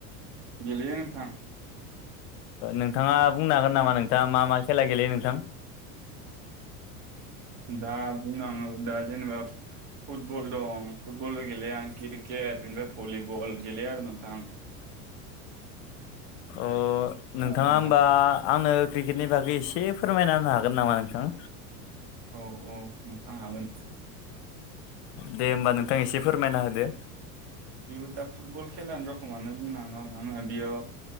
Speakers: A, on the right; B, on the left.
A: गेलेयो नोंथां
B: नोंथाङा बुंनो हागोन नामा नोंथाङा मा मा खेला गेलेयो नोंथां
A: दा बुंनांगोन जेनेबा फुटबल दं फुटबलबो गेलेया आं क्रिकेट बेनिफ्राय भलिबल गेलेयो आरो नोंथां
B: अ
A: खोनादों
B: नोंथाङा
A: नोंथां
B: होमबा आंनो क्रिकेटनि बागै एसे फोरमायना होनो हागोन नामा नोंथां
A: औ औ हागोन
B: दे होमबा नोंथां एसे फोरमायना होदो
A: बेबो दा फुटबल खेलानि रखमानो बुंनाङौ आङो बेयाव